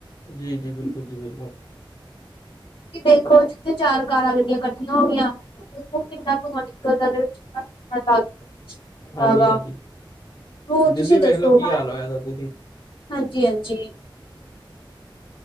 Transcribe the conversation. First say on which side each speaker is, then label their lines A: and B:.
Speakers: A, on the left (about 50°); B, on the left (about 80°).
A: ਜੀ-ਜੀ ਬਿਲਕੁਲ ਜੀ ਬਿਲਕੁਲ।
B: ਕਿ ਦੇਖੋ ਜਿੱਥੇ ਚਾਰ ਕਾਰਾ ਗੱਡੀਆ ਇਕੱਠੀਆ ਹੋ ਗਈਆ ਦੇਖੋ ਕਿੰਨਾ ਧੂੰਆ ਨਿਕਲਦਾ ਉਹਦੇ ਵਿੱਚ <unintelligible> ਕਿਦਾ
A: ਹਾਂਜੀ
B: ਦਾ,
A: ਹਾਂਜੀ
B: ਹੋਰ
A: ਦਿੱਲੀ
B: ਤੁਸੀ
A: ਵੇਖ
B: ਦੱਸੋ।
A: ਲਓ ਕੀ ਹਾਲ ਹੋਇਆ ਦਾ ਤੁਸੀਂ
B: ਹਾਂਜੀ-ਹਾਂਜੀ।